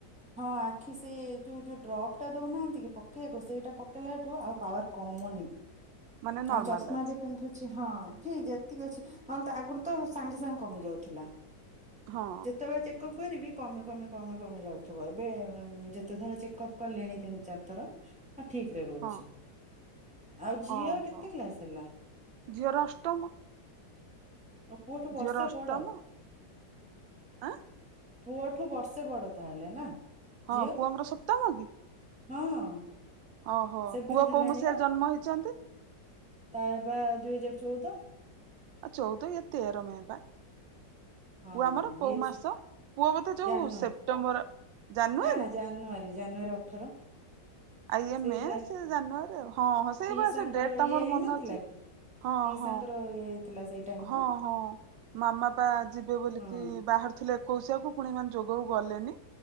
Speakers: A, in the centre; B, on the right.
A: ହଁ ଆଖି ସେ ଯୋଉ ଯୋଉ ଡ୍ରପ୍ ଟା ଦଉନାହାନ୍ତି କି ପକେଇବାକୁ ସେଇଟା ପକେଇଲା ଠୁ ଆଉ ପାୱାର କମ। କମୁନି
B: ମାନେ ନର୍ମାଲ
A: ଆଉ ଚଷମା
B: ଅଛି।
A: ବି ପିନ୍ଧୁଛି ହଁ। ଠ ଯେତିକି ଅଛି ନହେଲେ ଆଗରୁ ତ ସାଙ୍ଗେ ସାଙ୍ଗେ କମି ଯାଉଥିଲା
B: ହଁ
A: ଯେତେବେଳେ ଚେକ। କରିବି କମେ କମେ କମେ କମି ଯାଉଛି। ଏବେ ଯେତେ ଥର ଚେକଅପ କଲେଣି ତିନି ଚାର ଥର। ହଁ ଠିକରେ ରହୁଛି।
B: ହଁ
A: ଆଉ ଝିଅର
B: ଓହୋ
A: କେତେ କ୍ଲାସ ହେଲା?
B: ଝିଅର ଅଷ୍ଟମ
A: ଓ ପୁଅଠୁ ବର୍ଷେ
B: ଝିଅର ଅଷ୍ଟମ
A: ବଡ।
B: ଆଁ
A: ପୁଅଠୁ ବର୍ଷେ ବଡ ତାହେଲେ ନା।
B: ହଁ
A: ଝିଅ
B: ପୁଅଙ୍କର ସପ୍ତମ କି।
A: ହଁ।
B: ଓହୋ
A: ସେଭେନ୍ଥ
B: ପୁଅ
A: ହେଲାଣି
B: କୋଉ ମସିିହରେ
A: ବା
B: ଜନ୍ମ ହେଇଛନ୍ତି।
A: ତାର ବା ଦୁଇ ହଜାର ଚଉଦ।
B: ଆଉ ଚଉଦ ଏ ତେର ମେ ବା।
A: ହଁ
B: ପୁଅ ଆମର କୋଉ
A: ଇଏ
B: ମାସ ପୁଅ ବୋଧେ ଯୋଉ
A: ଜାନୁଆରୀ
B: ସେପ୍ଟେମ୍ବର। ଜାନୁଆରୀ
A: ନା ନା ଜାନୁଆରୀ ଜାନୁଆରୀ ଅଠର।
B: ଆ ଇଏ
A: ସେଇ
B: ମେ ସେ ଜାନୁଆରୀ ଆଊ, ହଁଁ ହଁ ସେଇପା
A: ପିଇସାଙ୍କର
B: ସେଇ ଡେଟ୍ ଟା
A: ଇଏ
B: ମୋର
A: ହେଇନଥିଲା
B: ମନେ ଅଛି।
A: କି
B: ହଁ,
A: ପିଇସାଙ୍କର
B: ହଁ,
A: ଇଏ ହେଇଥିଲା ସେଇ ଟାଇମ
B: ହଁ,
A: କୁ
B: ହଁ ମାମା ତା ଯିବେ ବୋଲିକି
A: ହଁ
B: ବାହାର ଥିଲେ ଏକୋଇଶିଆକୁ ପୁଣି ଏ ମାନେ ଯୋଗକୁ ଗଲେନି।